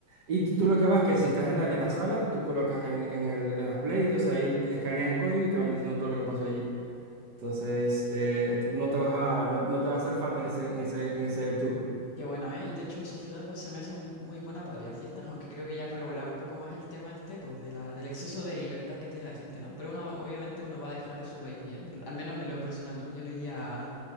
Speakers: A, on the right; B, on the left.
A: Y tú tú lo que vas es que si estás en la, en la sala, tú colocas en, en el, en las play, entonces ahí escaneas el código y te van diciendo todo lo que pasó allí. Entonces, eh, este, no te vas a, no, no te va a hacer falta en ese, en ese, en ese tour.
B: Qué bueno, ¿eh? Y de hecho esa ciudad pues se me hace muy, muy buena para las fiestas, aunque creo que ya han regulado un poco más el tema este, pues de la, del exceso de libertad que tiene la gente, ¿no? Pero uno, obviamente uno va a dejar de su país bien, el- al menos en lo personal, ¿no? Yo no iría a